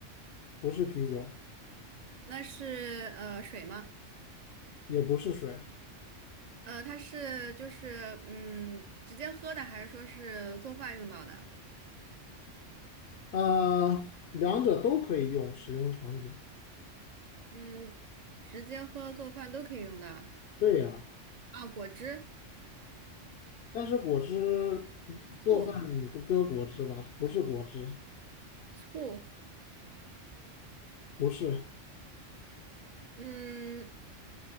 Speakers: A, on the left; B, on the right.
A: 不是啤酒，
B: 那是呃水吗？
A: 也不是水，
B: 呃，它是就是嗯直接喝的，还是说是做饭用到的？
A: 呃，两者都可以用，使用场景。
B: 嗯，直接喝做饭都可以用到
A: 对呀，
B: 啊。果汁、
A: 但是果汁嗯做饭你不搁果汁吧？
B: 醋、
A: 不是果汁，
B: 醋，
A: 不是。
B: 嗯，